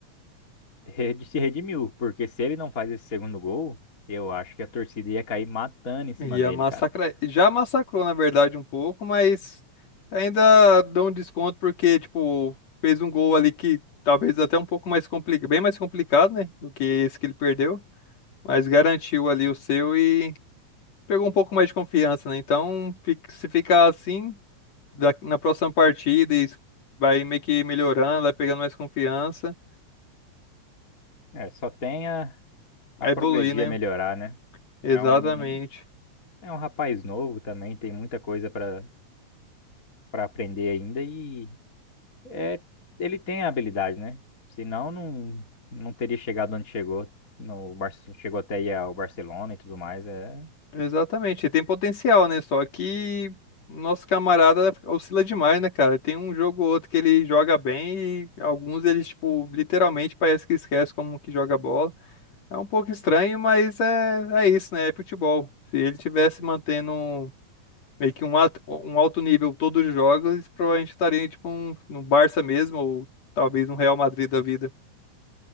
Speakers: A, on the left (about 30°); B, on the left (about 60°).
A: <laughs> rede- se redimiu, porque se ele não faz esse segundo gol, eu acho que a torcida ia cair matando em cima
B: Ia
A: dele,
B: massacrar.
A: cara.
B: Já massacrou, na verdade, um pouco, mas ainda deu um desconto porque, tipo, fez um gol ali que talvez até um pouco mais complicado, bem mais complicado, né? Do que esse que ele perdeu. Mas garantiu ali o seu e pegou um pouco mais de confiança, né? Então, fi- se ficar assim, da- na próxima partida, e vai meio que melhorando, vai pegando mais confiança,
A: É, só tem a, a
B: vai
A: progredir,
B: evoluir, né?
A: a melhorar, né?
B: Exatamente.
A: É um, é um rapaz novo também, tem muita coisa para para aprender ainda e É, ele tem a habilidade, né? Senão não, não teria chegado onde chegou. No Barce- chegou até aí ao Barcelona e tudo mais. É,
B: Exatamente, ele tem potencial, né? Só que nosso camarada oscila demais, né, cara? Tem um jogo ou outro que ele joga bem e alguns eles, tipo, literalmente parece que esquece como que joga bola. É um pouco estranho, mas é, é isso, né? É futebol. Se ele tivesse mantendo um- meio que um, at- um alto nível todos os jogos, ele provavelmente estaria, tipo, um, no Barça mesmo, ou talvez no Real Madrid da vida.